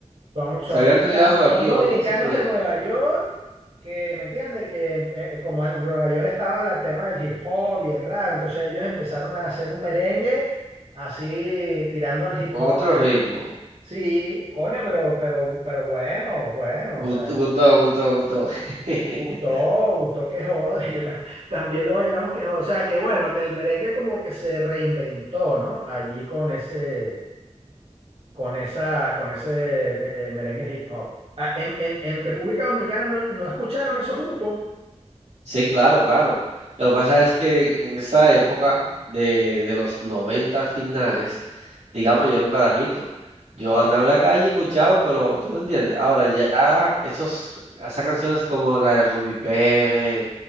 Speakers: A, on the right; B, on the right.
A: Son, son,
B: Se habían criado
A: cham- son
B: aquí
A: dominicanos
B: o algo así. Pero,
A: de Nueva York, que, ¿me entiendes? Que em, eh, eh, como en Nueva York estaba la- el tema del hip hop y el rap, entonces ellos empezaron a hacer un merengue así tirando al hip
B: con
A: hop.
B: otro ritmo.
A: Sí, coño, pero, pero, pero bueno, bueno,
B: Gustó,
A: o sea, eso
B: gustó,
A: se...
B: gustó, gustó. <laughs>
A: Gustó, gustó que jode. <laughs> Yo ta- también lo bailamos que jode. O sea, que bueno, que el merengue como que se reinventó, ¿no? Allí con ese, con esa, con ese eh, merengue hip hop. Ah, en, en, en República Dominicana no, no escucharon esos grupos.
B: Sí, claro, claro. Lo que pasa es que en esa época de, de los 90 finales, digamos, yo era un carajito. Yo
A: Ok,
B: andaba en la calle, escuchaba, pero tú me entiendes. Ahora ya esos, esas canciones como la de Ruby Pérez,